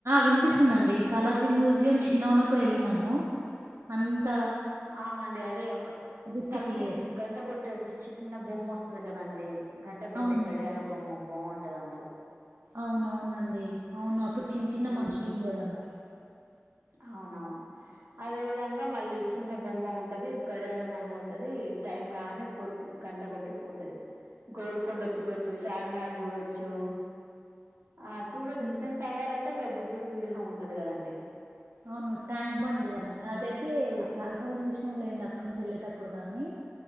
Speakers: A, on the right (about 80°); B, on the right (about 60°).
A: వినిపిస్తుందాండి సాలార్జంగ్ మ్యూజియం
B: వినిపి
A: చిన్నగా ఉన్నప్పుడు ఏళ్ళినాము అంత
B: అవునండి అదే ఒక
A: గుర్తుకు
B: తలుపు
A: లేదు.
B: గంట కొట్టే చిన్న బొమ్మ ఆస్తది కదండి. ఘంట కొట్ట
A: అవును.
B: గడియారాం బోమ్మ బాగుంటది. అందులో
A: అవునవునండి అవును అప్ ఇప్పుడు చిన్న చిన్న
B: ఉమ్
A: మనుషులు ఉండేది అన్నారు.
B: అవునవును. అదే విధంగా మళ్ళీ చిన్న బొమ్మ ఉంటది. గడియారం బొమ్మ వస్తది టైం గాన్నే గంట కొట్టి పోతది గోల్కొండ చూడొచ్చు. చార్మినార్ చూడొచ్చు ఆ చూడోచ్చు
A: హ్మ్.
B: హుసేన్ సాగర్ అన్ ఇగా బుద్ధుడు విగ్రహం ఉంటది. కదండి
A: అవును ట్యాంక్ బండ్
B: ఆ
A: కదండి. అదైతే
B: ఆ
A: చాలా సార్లు చూసినం. లేండి అక్కడి నుంచి వెల్లేేటప్పుడు ఇప్పుడు కానీ